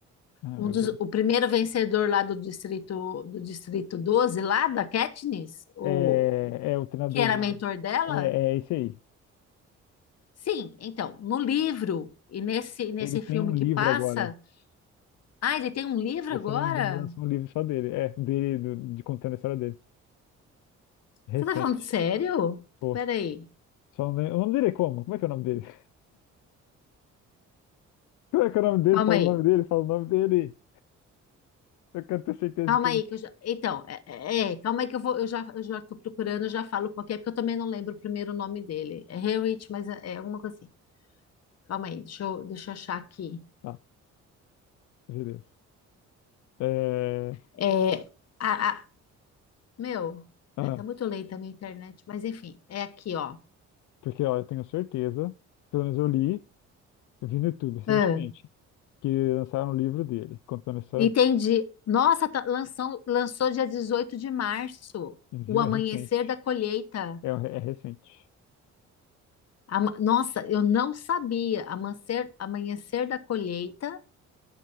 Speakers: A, on the left; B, on the left.
A: Ah,
B: Um
A: meu
B: dos,
A: Deus.
B: o primeiro vencedor lá do distrito do distrito 12 lá da Katniss, o,
A: É,
B: o-
A: é o treinador
B: que era
A: dela.
B: mentor dela?
A: É, é esse aí.
B: Sim, então, no livro e nesse nesse
A: Ele tem
B: filme
A: um
B: que
A: livro
B: passa,
A: agora.
B: ah, ele tem um livro
A: Eu,
B: agora?
A: se eu não me engano, lançou um livro só dele. É, dele, do- de contando a história dele. Recente.
B: Você tá falando sério?
A: Pô,
B: Peraí,
A: Só o nome, o nome dele é como? Como é que é o nome dele? <laughs> Como é que é o nome dele?
B: calma
A: Fala
B: aí.
A: o nome dele, fala o nome dele. Eu quero ter certeza
B: Calma
A: que eu
B: aí
A: não.
B: que eu já, então, é, é, é, calma aí que eu vou, eu já eu já tô procurando, eu já falo qual que é, porque eu também não lembro o primeiro nome dele. É Haywood, mas é, é alguma coisa assim. Calma aí, deixa eu, deixa eu achar aqui.
A: Ah, beleza. É...
B: É, a, Meu,
A: Ah,
B: é, tá muito lenta a minha internet, mas enfim, é aqui, ó.
A: porque, ó, eu tenho certeza, pelo menos eu li, eu vi no YouTube recentemente,
B: É.
A: que lançaram um livro dele, contando a história
B: Entendi.
A: dele.
B: Nossa, tá- lançou, lançou dia 18 de março,
A: Viu?
B: o amanhecer
A: É recente.
B: da colheita.
A: É, é recente.
B: Ama- Nossa, eu não sabia. Amanhecer, amanhecer da colheita